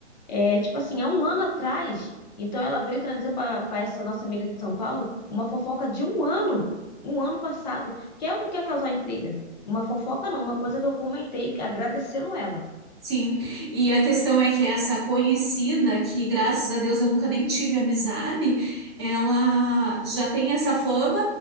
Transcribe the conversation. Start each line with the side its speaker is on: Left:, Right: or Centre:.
Left: É, tipo assim, há um ano atrás. Então ela veio trazer para essa nossa amiga de São Paulo uma fofoca de um ano, um ano passado, que ela não quer causar intriga. Uma fofoca não, uma coisa que eu comentei agradecendo ela.
Right: Sim, e a questão é que essa conhecida, que graças a Deus eu nunca nem tive amizade, ela já tem essa fama